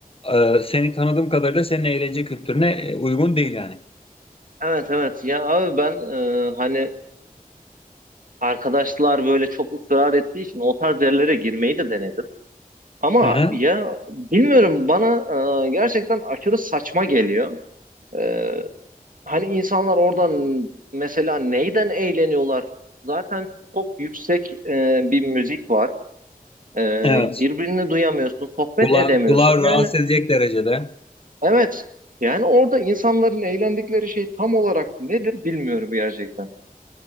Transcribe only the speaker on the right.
Evet evet ya abi ben e, hani arkadaşlar böyle çok ısrar ettiği için o tarz yerlere girmeyi de denedim. Ama
ya bilmiyorum bana e, gerçekten aşırı saçma geliyor. E, hani insanlar oradan mesela neyden eğleniyorlar? Zaten çok yüksek e, bir müzik var. E,
birbirini duyamıyorsun, sohbet
edemiyorsun.
Yani
evet, yani orada insanların eğlendikleri şey tam olarak nedir bilmiyorum gerçekten.